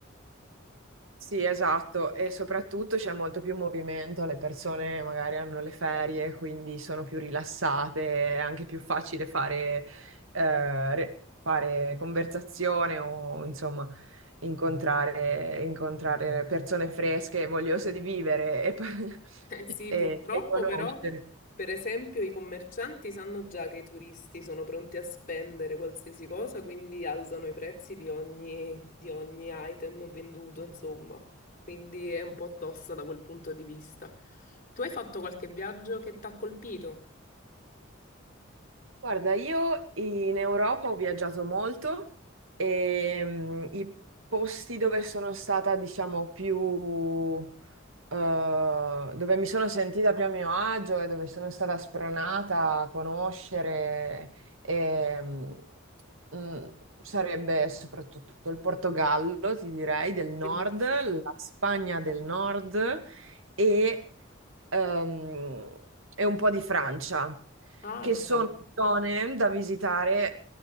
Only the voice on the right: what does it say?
Sì, esatto, e soprattutto c'è molto più movimento, le persone magari hanno le ferie, quindi sono più rilassate, è anche più facile fare, eh, re- fare conversazione o insomma incontrare, incontrare persone fresche, vogliose di vivere e,
<laughs> e
e conoscere.
Guarda, io in Europa ho viaggiato molto e mm, i posti dove sono stata, diciamo, più... eh, dove mi sono sentita più a mio agio e dove sono stata spronata a conoscere e, mm, mm, sarebbe soprattutto il Portogallo, ti direi, del nord,
la Spagna del nord e ehm, e un po' di Francia,
che
sono
zone da visitare